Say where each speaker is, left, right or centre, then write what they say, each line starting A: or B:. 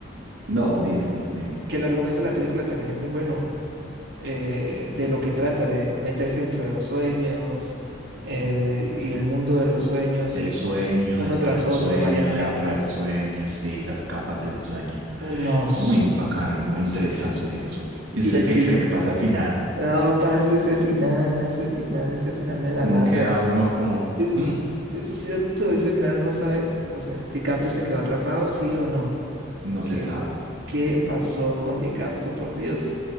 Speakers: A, on the right; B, on the right.
A: No, dime, dime.
B: que el argumento de la película también es muy bueno. eh, de lo que trata, de meterse dentro de los sueños eh, y el mundo de los sueños
A: El
B: y
A: sueño,
B: uno
A: dentro
B: tras
A: del
B: otro,
A: sueño,
B: varias capas.
A: dentro del sueño, sí, las capas del sueño.
B: Uy, no,
A: Es
B: súper,
A: muy bacano,
B: súper,
A: muy interesante.
B: súper, súper, súper.
A: ¿Y
B: Y
A: usted
B: el fin.
A: qué cree que pasa al final?
B: No, parce, ese final, ese final, ese final me la
A: ¿Cómo
B: mata.
A: queda uno como,
B: Es,
A: "Mm",
B: es cierto, ese final uno sabe, o sea, DiCaprio se quedó atrapado, sí o no.
A: no se
B: ¿Qué,
A: sabe?
B: qué pasó con DiCaprio, por Dios?